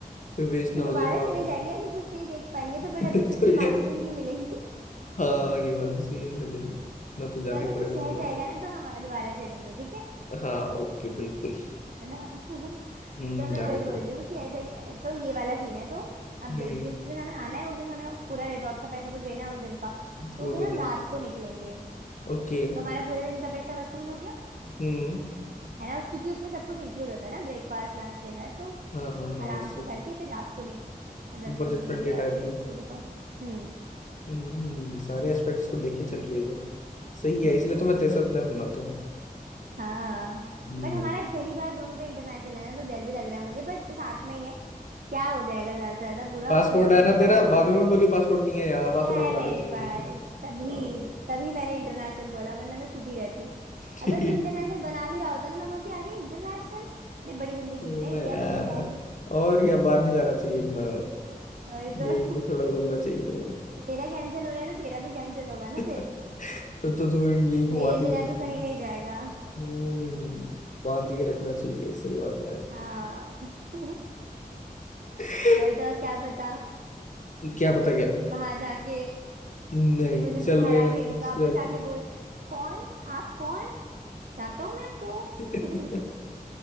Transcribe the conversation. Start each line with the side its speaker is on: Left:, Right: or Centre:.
Left: फिर वेस्ट ना
Right: तो
Left: हो
Right: दोबारा
Left: जाए फालतू
Right: चले जाएंगे
Left: में।
Right: अगर कुछ नहीं देख पाएंगे तो बट
Left: <laughs>
Right: अभी छुट्टी
Left: तो ये
Right: पांच ही दिन की मिलेगी <laughs>
Left: हाँ ये बात भी सही है वैसे तेरी ना तो जाना
Right: तो अगर
Left: ही पड़ेगा
Right: कुछ रह
Left: थोड़ा बहुत।
Right: जाएगा ना तो हम दोबारा चलेंगे ठीक है
Left: हाँ ओके बिल्कुल
Right: है ना <laughs>
Left: हम्म
Right: तो मैं
Left: जाना
Right: वही
Left: ही
Right: बोल
Left: पड़ेगा
Right: रही हूँ कि ऐसा ही है। तो ये वाला सीन है तो अब
Left: हम्म
Right: देख जिस दिन हमें आना है उस दिन हमें पूरा रिजॉर्ट का पैसा तो देना है उस दिन का तो
Left: वो
Right: उस दिन
Left: तो
Right: हम
Left: जाना
Right: रात
Left: ही-
Right: को निकलेंगे
Left: ओके
Right: तो हमारा पूरे दिन का पैसा वसूल हो गया
Left: हम्म
Right: है ना उस क्योंकि उसमें सब कुछ इंक्लूड होता है ना ब्रेकफास्ट लंच डिनर तो
Left: हाँ हाँ हाँ
Right: आराम
Left: सो
Right: से करके फिर रात को निक मतलब
Left: बजट
Right: निकलेंगे
Left: फ्रेंडली
Right: और
Left: टाइप
Right: फिर
Left: भी
Right: सुबह पहुंचे हम्म
Left: हम्म सारे एस्पेक्ट्स को देख के चल रही है तो सही है
Right: यस
Left: इसलिए तो मैं तेरे साथ प्लान बनाता
Right: हाँ
Left: हम्म,
Right: बट हमारा पहली बार दोनों का इंटरनेशनल है ना तो डर भी लग रहा है मुझे बट साथ में ही है क्या हो जाएगा ज्यादा से ज्यादा बुरा
Left: पासपोर्ट
Right: होगा तो दोनों
Left: है ना
Right: के साथ
Left: तेरा
Right: होगा
Left: बाद में मत बोलियो पासपोर्ट नहीं है यार पासपोर्ट
Right: है
Left: बनवा
Right: मेरे
Left: लेते हैं
Right: पास तभी
Left: अ,
Right: तभी मैंने इंटरनेशनल बोला वरना मैं छुपी रहती
Left: ठीक
Right: अगर तू इंटरनेशनल बना भी रहा होता ना मैं बोलती अरे इंटरनेशनल अरे बड़ी गंदी चीज
Left: ना
Right: है इंडिया
Left: यार
Right: में घूमो
Left: और क्या बाहर नहीं जाना चाहिए इतना
Right: अरे तो
Left: यहीं पे थोड़ा घूमना चाहिए <laughs>
Right: <laughs> मेरा कैंसिल हो रहा है तो तेरा भी कैंसिल होगा ना
Left: तो
Right: फिर
Left: तो तुम्हें यही घुमाती
Right: मेरे बिना
Left: मेरे को
Right: तो कहीं नहीं जाएगा
Left: हम्म, बांध
Right: <laughs>
Left: के रखना चाहिए सही बात है
Right: हाँ <laughs>
Left: <laughs>
Right: वही तो क्या पता
Left: क्या पता क्या
Right: वहां जाके
Left: नहीं
Right: तो फिर मुझे
Left: चल
Right: वो घर
Left: रहे
Right: आके
Left: ना
Right: वापस
Left: चल
Right: आके बोल कौन आप कौन जानता हूँ मैं आपको
Left: <laughs>
Right: <laughs>